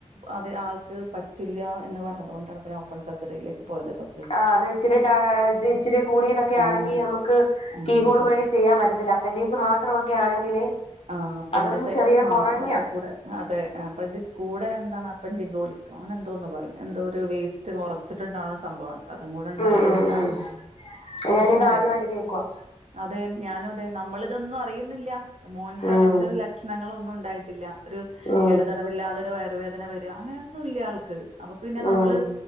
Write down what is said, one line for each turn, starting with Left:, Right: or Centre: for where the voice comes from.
Right: അത് ആൾക്ക് പറ്റില്ല എന്ന് പറഞ്ഞതോണ്ടാണ് ഇപ്പം ഞാൻ ഓ പ്പൺ സർജറിയിലേക്ക് പോയതടാ
Left: ആ അത് ഇച്ചിരി ടാ ഇത് ഇച്ചിരി കൂടിയതക്കെ
Right: ആഹ്.
Left: ആണെങ്കി നമുക്ക്
Right: ആഹ്.
Left: കീ ഹോള് വഴി ചെയ്യാം പറ്റത്തില്ല അപ്പൻഡിക്സ് മാത്ര ഒക്കെ ആണെങ്കില്
Right: ആ അപ്പൻ്റിസൈറ്റ്സം
Left: അതും ചെറിയ
Right: മാത്ര
Left: കുറഞ്ഞ
Right: അയ്ന്റെ കൂടെ അതെ അപ്പൻ്റിസ് കൂടെ എന്താണ് അപ്പൻ്റിഗോലിതൊ അങ്ങനെ എന്തോന്ന് പറഞ്ഞു എന്തോ ഓരു വേസ് സ്റ്റ് കൊറച്ചിണ്ടാവ്ണ ഒരു സംഭവാണ് അതും കൂടെ ഇണ്ടായത്
Left: ഉം ഉം
Right: കൊണ്ടാണ്
Left: ഉം
Right: പ്രശ്നായത്
Left: ഞാനിത് ആദ്യമായിട്ട് കേക്കുവാ
Right: അതെ ഞാനും അതെ നമ്മള് ഇതൊന്നും അറിയുന്നില്ല മോന്ക്ക്
Left: ഉം
Right: അങ്ങൻത്തെ ഒരു ലക്ഷണങ്ങളൊന്നും ഇണ്ടായി ട്ടില്ല ഒരു
Left: ഉം
Right: എടതടവില്ലാതൊരു വയറുവേദന വര അങ്ങനൊന്നുല്യ ആൾക്ക് അപ്പം പിന്നെ
Left: ഉം
Right: നമ്മള്